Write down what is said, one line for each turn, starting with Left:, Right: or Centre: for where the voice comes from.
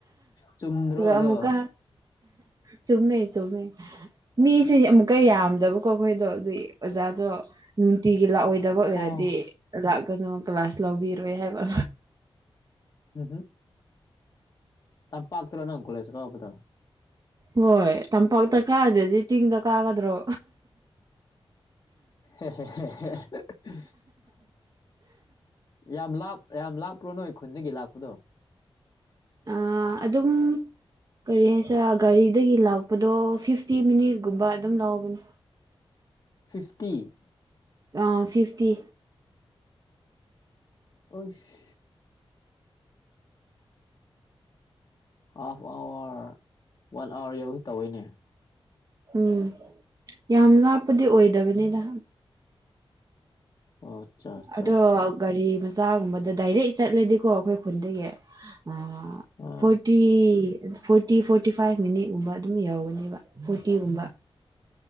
Left: ꯆꯨꯝꯗ꯭ꯔꯣ ꯑꯗꯣ
Right: ꯑꯃꯨꯛꯀ ꯆꯨꯝꯃꯦ ꯆꯨꯝꯃꯦ ꯃꯤꯁꯦ ꯑꯃꯨꯛꯀ ꯌꯥꯝꯗꯕꯀꯣ ꯑꯩꯈꯣꯏꯗꯣ ꯑꯗꯨꯏ ꯑꯣꯖꯥꯗꯣ ꯅꯨꯡꯇꯤꯒꯤ ꯂꯥꯛꯑꯣꯏꯗꯕ ꯑꯣꯏꯔꯗꯤ
Left: ꯑꯥ
Right: ꯂꯥꯛꯀꯅꯣ ꯀ꯭ꯂꯥꯁ ꯂꯧꯕꯤꯔꯣꯏ ꯍꯥꯏꯕ
Left: ꯍꯨꯝꯍꯨꯝ ꯇꯝꯄꯥꯛꯇꯔꯣ ꯅꯪ ꯀꯣꯂꯦꯖ ꯀꯥꯕꯗꯣ
Right: ꯍꯣꯏ ꯇꯝꯄꯥꯛꯇ ꯀꯥꯗ꯭ꯔꯗꯤ ꯆꯤꯡꯗ ꯀꯥꯒꯗ꯭ꯔꯣ
Left: ꯍꯦ ꯍꯦ ꯍꯦ ꯍꯦ ꯌꯥꯝ ꯂꯥꯞ ꯌꯥꯝ ꯂꯥꯞꯄ꯭ꯔꯣ ꯅꯣꯏ ꯈꯨꯟꯗꯒꯤ ꯂꯥꯛꯄꯗꯣ
Right: ꯑ ꯑꯗꯨꯝ ꯀꯔꯤ ꯍꯥꯏꯁꯤꯔ ꯒꯥꯔꯤꯗꯒꯤ ꯂꯥꯛꯄꯗꯣ ꯐꯤꯐꯇꯤ ꯃꯤꯅꯤꯠꯒꯨꯝꯕ ꯑꯗꯨꯝ ꯂꯧꯕꯅꯦ
Left: ꯐꯤꯐꯇꯤ
Right: ꯑꯥ ꯐꯤꯐꯇꯤ
Left: ꯑꯣꯁ ꯑꯥꯐ ꯑꯋꯥꯔ ꯋꯥꯟ ꯑꯋꯥꯔ ꯌꯧꯒꯦ ꯇꯧꯋꯦꯅꯦ
Right: ꯎꯝ ꯌꯥꯝ ꯂꯥꯞꯄꯗꯤ ꯑꯣꯏꯗꯕꯅꯤꯗ
Left: ꯑꯣ ꯑꯠꯆꯥ ꯑꯠꯆꯥ
Right: ꯑꯗꯣ ꯒꯥꯔꯤ ꯃꯆꯥꯒꯨꯝꯕꯗ ꯗꯥꯏꯔꯦꯛ ꯆꯠꯂꯗꯤꯀꯣ ꯑꯩꯈꯣꯏ ꯈꯨꯟꯗꯒꯤ ꯑꯥ
Left: ꯑꯥ
Right: food T forty forty five ꯃꯤꯅꯤꯠꯒꯨꯝꯕ ꯑꯗꯨꯝ ꯌꯧꯒꯅꯤꯕ ꯐꯣꯔꯇꯤꯒꯨꯝꯕ